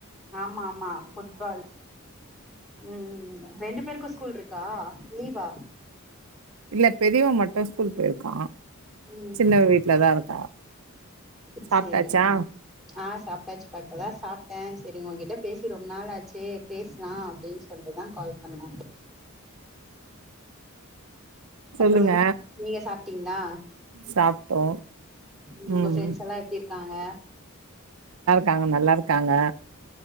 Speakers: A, in the centre; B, on the right.
A: ஆமா ஆமா ஃபுட்பால் உம் ரெண்டு பேருக்கும் ஸ்கூல் இருக்கா லீவா
B: இல்ல பெரியவ மட்டு ஸ்கூல் போயிருக்கா
A: உம்
B: சின்னவ வீட்லதா இருக்கா சாப்ட்டாச்சா
A: சரிப்பா ஆஹ் சாப்பிட்டாச்சுப்பா இப்பதா சாப்பிட்ட சரி உகிட்ட பேசி ரொம்ப நாள் ஆ சரி பேசலா அப்படின்னு சொல்லிட்டுதா கால் பண்ண அப்புறம்
B: சொல்லுங்க
A: நீங்க சாப்ப ட்டீங்களா
B: சாப்ட்டோ
A: உம் உங்க
B: ம்
A: ப்ரெண்ட்ஸ் எல்லாம் எப்டி இருக்காங்க
B: க்காங்க நல்லா இருக்காங்க